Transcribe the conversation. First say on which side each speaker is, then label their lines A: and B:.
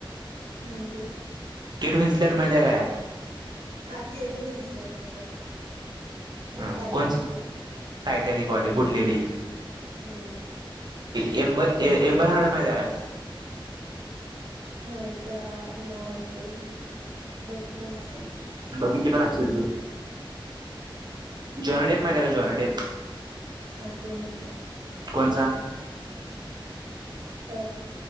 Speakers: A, on the right; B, on the right.
A: म्हणजे
B: नट माहिय काय
A: ह केट बिनसले का समजल
B: हा
A: टयटनिक
B: कोणच
A: वानी
B: टायटॅनिक वाणी बुटलेली
A: हम्म
B: ययेबट हार्ड माहिती आहे का
A: माहित्या नाव ऐकल भेटलो पण असेल
B: बघितली पण असतील तू जॉनडेप माहिती आहे का जॉन डेप
A: हा ते माहित आहे
B: कोण सांग
A: अ